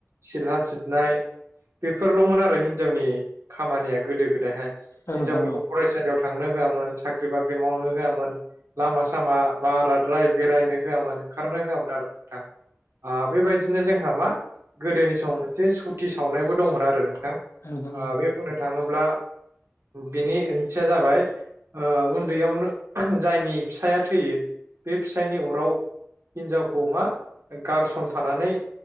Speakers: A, on the right; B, on the left.
A: सिला सिबनाय बेफोरल'मोन आरो हिनजावनि खामानिया गोदो गोदायहाय।
B: औ
A: हिनजावफोरखौ
B: नोंथां औ
A: फरायसालियाव थांनो होआमोन साख्रि बाख्रि मावनो होआमोन लामा सामा बाराद्राय बेरायनो होआमोन ओंखारनो होआमोन आरो नोंथां। आ बेबायदिनो जोंहा मा गोदोनि समाव मोनसे सुथि सावनायबो दंमोन आरो नोंथां।
B: औ नोंथां
A: ओ
B: औ
A: बे बुंनो थाङोब्ला बेनि ओंथिया जाबाय ओ उन्दैयावनो जायनि फिसाया थैयो बे फिसायनि अराव हिनजावखौ मा गारसनफानानै